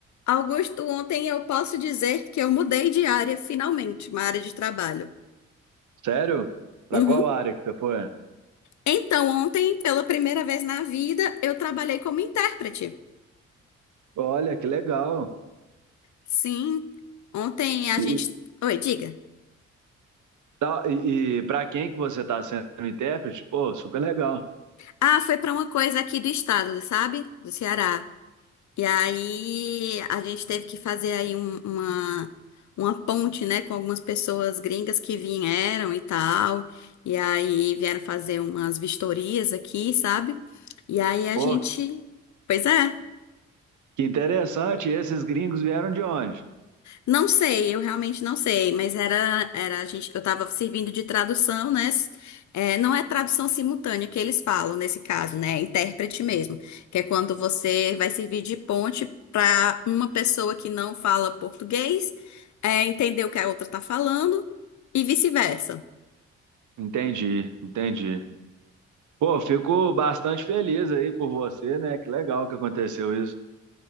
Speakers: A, on the left; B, on the right.
A: Augusto, ontem eu posso dizer que eu mudei de área, finalmente, uma área de trabalho.
B: Sério? Pra
A: Uhum.
B: qual área que você foi?
A: Então, ontem, pela primeira vez na vida, eu trabalhei como intérprete.
B: Olha, que legal.
A: Sim, ontem a
B: E,
A: gente. Oi, diga.
B: tá, e, e para quem que você tá sendo intérprete? Pô, super legal.
A: Ah, foi para uma coisa aqui do estado, sabe? Do Ceará. E aí a gente teve que fazer aí um- uma, uma ponte, né, com algumas pessoas gringas que vieram e tal. E aí vieram fazer umas vistorias aqui, sabe? E aí a
B: Pô,
A: gente. Pois é.
B: que interessante. Esses gringos vieram de onde?
A: Não sei, eu realmente não sei, mas era, era a gente, eu estava servindo de tradução, né? S- é, não é tradução simultânea que eles falam nesse caso, né? É intérprete mesmo, que é quando você vai servir de ponte para uma pessoa que não fala português, é, entender o que a outra está falando e vice-versa.
B: Entendi, entendi. Pô, fico bastante feliz aí por você, né? Que legal que aconteceu isso.